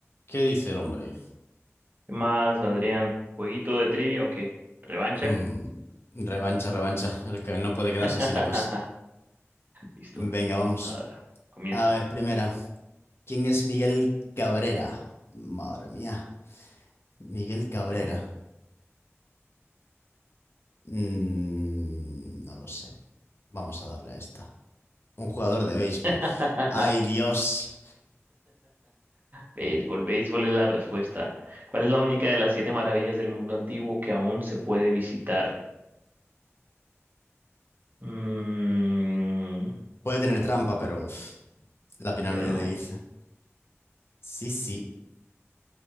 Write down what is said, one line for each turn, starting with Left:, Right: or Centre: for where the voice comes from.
Left: ¿Qué dice el hombre?
Right: ¿Qué más, Adrián? ¿Jueguito de trivia o qué? ¿Revancha?
Left: Mm, revancha, revancha. El que no puede
Right: <laughs>
Left: quedarse así la cosa.
Right: Listo.
Left: Venga, vamos.
Right: Ah, comienza.
Left: A ver, primera. ¿Quién es Miguel Cabrera? Madre mía. Miguel Cabrera.
Right: Bueno.
Left: Mm, no lo sé. Vamos a darle a esta. Un jugador de béisbol.
Right: <laughs>
Left: ¡Ay, Dios!
Right: Béisbol, béisbol es la respuesta. ¿Cuál es la única de las siete maravillas del mundo antiguo que aún se puede visitar? Mm,
Left: Puede tener trampa, pero... uf, la pirámide
Right: pero no.
Left: de Giza. Sí, sí.